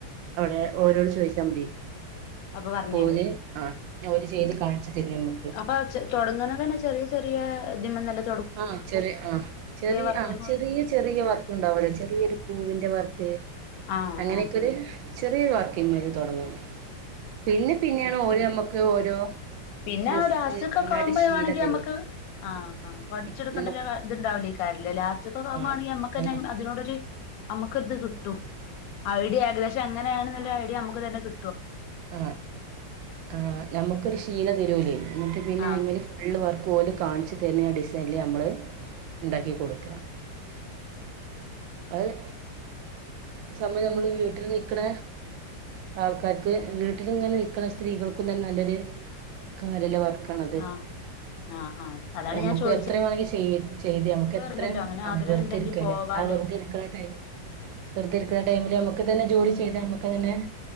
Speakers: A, on the right (about 85°); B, on the left (about 65°).
A: അവിടെ ഓരോര് ചോദിച്ചാൽ മതി
B: അപ്പൊ പറഞ്ഞു തരൂ
A: ഓര് ആ ഓര് ചെയ്ത്
B: ഉ
A: കാണിച്ചു തരും നമ്മുക്ക്
B: അപ്പൊ തുടങ്ങണതെന്നെ ചെറിയ ചെറിയതിമല്ലേ
A: ആ ചെറിയ ആ ചെറിയ
B: വർക്കുകൾ
A: ആ ചെറിയ ചെറിയ വർക് ഉണ്ടാവലേ ചെറിയൊരു പൂവ് വർക്ക്
B: ആഹ്
A: അങ്ങനെയൊക്കൊഒരു
B: ആഹ്
A: ചെറിയൊരു വാർക്കിന്മേൽ തുടങ്ങും പിന്നെ പിന്നെയാണ് ഓര് നമ്മക്ക് ഇത് ഓരോ
B: പിന്നെ
A: ഡ്രസ്സ്
B: ആഒരു അസുഖക്കാവുമ്പോ
A: ഒന്നായിട്ട് ശീല
B: വേണെങ്കിൽ
A: തരും
B: നമ്മുക്ക് ആ ആ പഠിച്ചെടുക്കണ്ടല്ലോ
A: ഉം, നമുക്ക്
B: ഇതുണ്ടാവില്ലേയ്‌ക്കാരല്ലേ ലാസ്റ്റ്ക്കൊക്കാഉമ്പോണങ്കി
A: ആഹ്
B: നമ്മക്കന്നെ
A: നമ്മ
B: അ യി അതിനോടൊരു നമ്മുക്ക്‌ത് കിട്ടും ഐഡിയ ഏകദേശം എങ്ങനെയാണ്ന്ന്ള്ള ഐഡിയ നമുക്ക് തന്നെ കി
A: ആ ആ നമുക്കൊരു ശ് തീല തെരോല് ന്നട്ട് പിന്നെ
B: ആഹ്
A: അയിമ്മല് ഫുള്ള് വർ കോല് കാണിച് തര്നെ ഡിസൈൻല് അമ്മള് ഇണ്ടാക്കികൊടുക്ക അഹ് സമയമ്മള് വീട്ടിൽ നിക്ണ ആൾക്കാർക്ക് വീട്ടിലിങ്ങന നിക്ണ സ്ത്രീകൾക്കും തന്നെ നല്ലൊരു കാര്യല്ലേ വർ ക്കണത്
B: ആഹ് ആഹ് ആഹ് അതാണ്
A: എമ്മുക്ക്‌
B: ഞാൻ ചോദിച്ചത്
A: എത്ര വേണങ്കി ചീ ചെയ്ത് നമുക്ക്
B: വേറെണ്ടല്ലോ
A: എത്രയും
B: അങ്ങനെ
A: അ
B: ആഗ്രഹം
A: വെറുതെരിക്കല്ലേ
B: ഉണ്ടെങ്കി പോവാലോ
A: ആ വെറുതെ ഇരിക്ണ ടൈം വെറുതെയിരിക്കുന്ന ടൈമിലും നമുക്ക് തന്നെ ജോലി ചെയ്ത് നമുക്ക് തന്നെ.